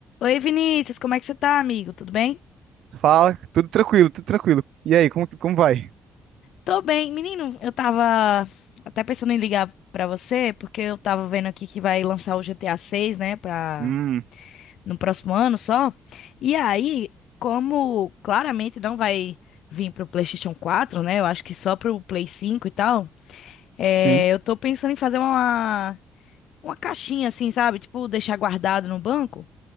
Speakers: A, on the left; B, on the right.
A: Oi, Vinícius, como é que você tá, amigo? Tudo bem?
B: Fala, tudo tranquilo, tudo tranquilo. E aí, como, como vai?
A: Tô bem. Menino, eu tava até pensando em ligar pra você, porque eu tava vendo aqui que vai lançar o GTA 6, né, pra...
B: Hum,
A: no próximo ano só. E aí, como claramente não vai vir pro PlayStation 4, né, eu acho que só pro Play 5 e tal, é,
B: sim,
A: eu tô pensando em fazer uma... uma caixinha assim, sabe? Tipo, deixar guardado no banco,